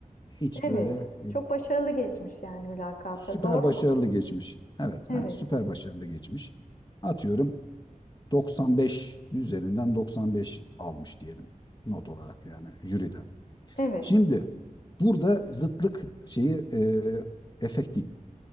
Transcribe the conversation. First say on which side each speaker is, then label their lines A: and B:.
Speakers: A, on the left; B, on the left.
A: Hiç
B: Evet.
A: böyle e,
B: Çok başarılı geçmiş yani mülakata.
A: Süper
B: Doğru
A: başarılı
B: mu?
A: geçmiş. Evet,
B: Evet.
A: ha, süper başarılı geçmiş. Atıyorum 95 üzerinden 95 almış diyelim not olarak yani jüriden.
B: Evet.
A: Şimdi burada zıtlık şeyi e, efekti